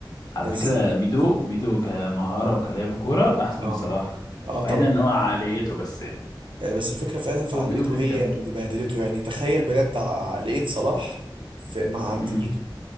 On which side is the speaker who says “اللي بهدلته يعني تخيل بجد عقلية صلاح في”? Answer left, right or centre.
Right